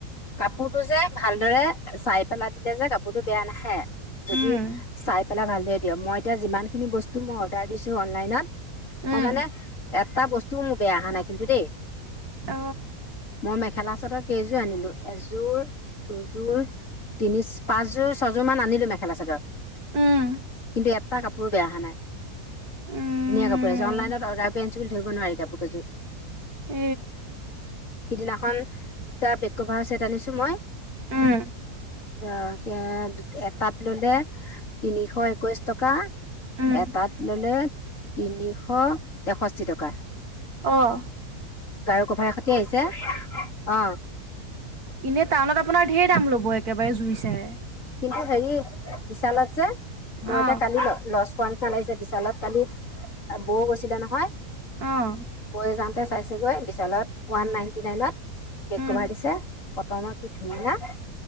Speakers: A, on the left; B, on the right.
A: কাপোৰটো যে ভালদৰে চাই পেলাই দিলে যে কাপোৰতটো বেয়া নাহে যদি
B: উম
A: চাই পেলাই ভালে দিয় মই এতিয়া যিমানখিনি বস্তু মই অৰ্ডাৰ দিছো অনলাইনত
B: উম
A: মই মানে এটা বস্তুও মোৰ বেয়া অহা নাই কিন্তু দেই
B: অ
A: মই মেখেলা চাদৰ কেইযোৰ আনিলো এযোৰ দুযোৰ তিনি পাঁচযোৰ ছযোৰ মান আনিলো মেখেলা চাদৰ
B: উম
A: কিন্তু এটা কাপোৰ বে অহা নাই
B: উম
A: ধুনীয়া কাপোৰ আছে অনলাইনত অৰ্ডাৰ কৰি আনিছো বুলি ধৰিব নোৱাৰি কাপোৰ কযোৰ
B: উ
A: সিদিনাখন দুটা বেড কভাৰৰ চছেট আনিছো মই
B: উম
A: অ সেই এটাত ললে তিনিশ একৈশ টকা
B: উম
A: এটাত ল'লে তিনিশ তেষষ্ঠি টকা
B: অঁ
A: গাৰু কভাৰ এ খতি আহিছে অ
B: এনে টাউনত আপোনাৰ ঢেৰ দাম ল'ব একেবাৰে জুই চাই
A: কিন্তু হেৰি বিশালত যে মই
B: অ
A: এতিয়া কালি লচ নিাগিছে বিশালত কালি বৌ গৈছিলে নহয়
B: অ
A: বৈ যাওঁতে চাইছেগৈ বিশালত ওৱান নাইনটি নাইনত বেক
B: উম
A: কভাৰ দিছে কটনৰ কি ধুনীয়া